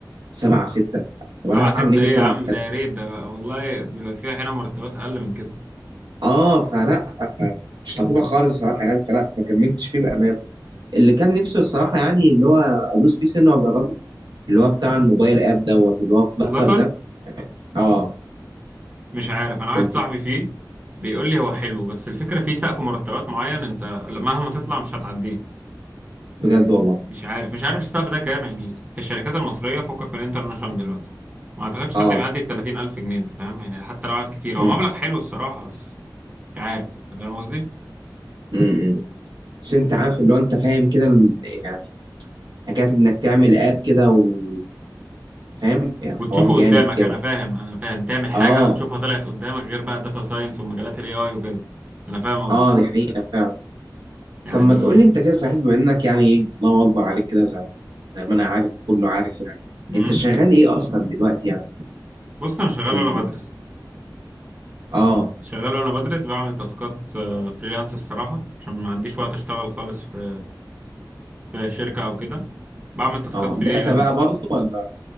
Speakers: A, on the right (about 75°); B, on the right (about 20°).
A: سبعة ستة طب
B: سبعة
A: انا
B: ستة
A: هعمل ايه بالسبعة
B: ايه يا عم ده يا ريت ده والله بيبقى فيها هنا مرتبات اقل من كده
A: اه فلا فمش لطيفه خالص الصراحه يعني فلا ما كملتش فيه بامان اللي كان نفسه الصراحة يعني اللي هو أدوس فيه سنة وأجربه اللي هو بتاع الموبايل آب دوت اللي هو فلاتر
B: فلاتر
A: ده أه
B: مش عارف انا واحد
A: كنت
B: صاحبي
A: س-
B: فيه بيقول لي هو حلو بس الفكره فيه سقف مرتبات معين انت مهما تطلع مش هتعديه
A: بجد والله
B: مش عارف مش عارف السقف ده كام يعني في الشركات المصريه فكك من الانترناشونال دلوقتي ما اعتقدش
A: أه
B: حد بيعدي ال 30000 جنيه انت فاهم يعني حتى لو قعد كتير
A: أمم،
B: هو مبلغ حلو الصراحه بس مش عارف انت فاهم قصدي
A: أمم، أمم. بس أنت عارف اللي هو أنت فاهم كده ال- يعني حكاية إنك تعمل آب كده وفاهم يعني
B: وتشوفه
A: حوار جامد
B: قدامك
A: كده
B: انا فاهم انا فاهم تعمل حاجه
A: أه
B: وتشوفها طلعت قدامك غير بقى الداتا ساينس ومجالات الاي اي وكده انا فاهم قصدك
A: أه دي حقيقة فعلا
B: يعني
A: طب ما تقول لي أنت كده صحيح بما إنك يعني إيه الله أكبر عليك كده زي زي ما أنا عارف وكله عارف يعني
B: امم
A: أنت شغال إيه أصلا دلوقتي يعني
B: بص انا شغال
A: في ال...
B: وانا بدرس
A: أه
B: شغال وانا بدرس بعمل تاسكات آه، فريلانس الصراحة عشان ما عنديش وقت اشتغل خالص في في شركة او كده بعمل تاسكات
A: أه
B: فريلانس
A: داتا بقى برضه ولا